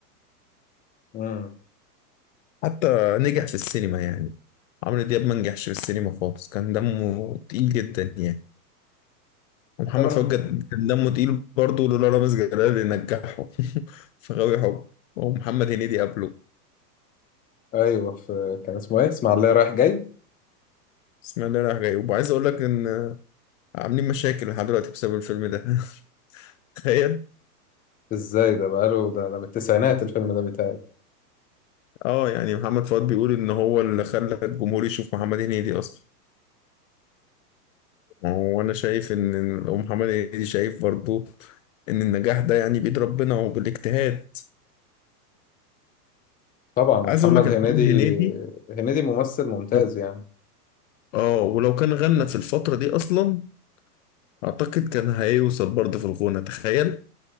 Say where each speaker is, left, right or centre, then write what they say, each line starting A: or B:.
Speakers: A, on the left; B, on the left.
A: امم
B: حتى نجح في السينما يعني عمرو دياب ما نجحش في السينما خالص كان دمه تقيل جدا يعني ومحمد
A: تامر
B: فؤاد جد- كان دمه تقيل برضه لولا رامز جلال اللي نجحه <laughs> في غاوي حب ومحمد هنيدي قبله
A: ايوه في كان اسمه ايه اسمع الله رايح جاي
B: بسم الله راح جاي وعايز اقول لك ان عاملين مشاكل لحد دلوقتي بسبب الفيلم ده <laughs> تخيل
A: ازاي ده بقاله ده ده من التسعينات الفيلم ده بيتهيألي
B: اه يعني محمد فؤاد بيقول ان هو اللي خلى الجمهور يشوف محمد هنيدي اصلا ما هو انا شايف ان إن- ومحمد هنيدي شايف برضه ان النجاح ده يعني بيد ربنا وبالاجتهاد
A: طبعا ومحمد
B: عايز اقول لك يا
A: هنيدي
B: محمد هنيدي
A: هنيدي ممثل ممتاز
B: لو
A: يعني
B: اه ولو كان غنى في الفترة دي اصلا اعتقد كان هيوصل برضه في الغنى تخيل